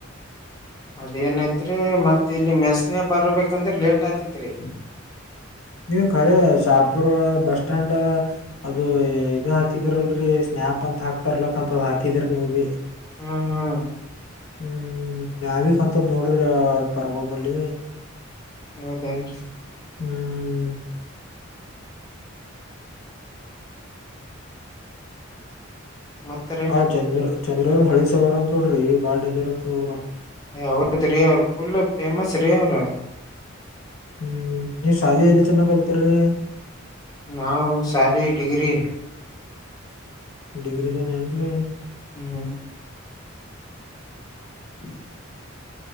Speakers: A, on the left; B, on the left.
A: ಅದೇಏನಐತ್ರಿ ಮತ್ತ ಇಲ್ಲಿ ಮೆಸನೆ ಬರ್ಬೇಕಂದ್ರೆ ಲೇಟ್ ಆತಿತ್ರಿ
B: ನೀವು ಖರ ಶಾಪುರ್ ಬಸ್ ಸ್ಟಾಂಡ್ ಅದು ಇದು ಹಾಕಿದ್ರಲ್ರರಿ ಸ್ನೇಹ ಯಾಪ್ ಅಂತ ಹಾಕ್ತರ್ಲಕ್ ಅಂತದ್ ಹಾಕಿದರಿ ನೀವು ಭೀ
A: ಹ್ಮ್ ಹ್ಮ್
B: ಹ್ಮ್ ಯಾವೀಂತಪ ನೋಡಿದ್ರ ಪರ್ವಬಲ್ಲಿ
A: ಹೌದೇನ್ರಿ
B: ಹ್ಮ್
A: ಮತ್ತರಿ
B: ಹ್ ಚಂದ್ರ ಚಂದ್ರ ಹಳಿ ಸವರ ಅಂತ ತೋಡ್ರಿ ಬಾಳ್ ಡೇಂಜರ್ ಅಂತ್ರ
A: ಅವದದ ರೀ ಅವರು ಲ್ ಫೇಮಸ್ ರೀ ಅವರು
B: ಹ್ಮ್ ನೀವ್ ಶಾಲಿ ಎಲ್ಲಿ ಚನ್ನ ಕಲ್ತರಿ
A: ನಾವು್ ಶಾಲಿ ಟಡಿಗ್ರಿ
B: ಡಿಗ್ರಿ ತಾನ ಏನ್ರಿೀ
A: ಹ್ಮ್ ಹ್ಮ್ ಹ